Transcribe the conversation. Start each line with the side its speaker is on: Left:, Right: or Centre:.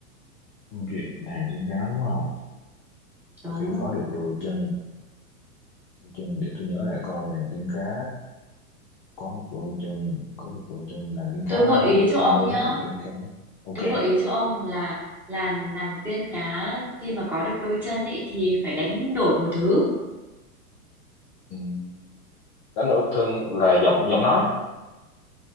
Left: Câu chuyện nàng tiên cá đúng không Và
Centre: Đúng.
Left: khi có được đôi chân đôi chân để tôi nhớ lại coi nàng tiên cá có được đôi chân có được đôi chân nàng tiên cá
Centre: Tôi gợi
Left: không
Centre: ý cho
Left: không
Centre: ông
Left: muốn
Centre: nhá.
Left: nàng tiên cá ok
Centre: Tôi gợi ý cho ông là là nàng tiên cá khi mà có được đôi chân ấy thì phải đánh đổi một thứ.
Left: ừ. đánh đổi thương là giọng giọng nói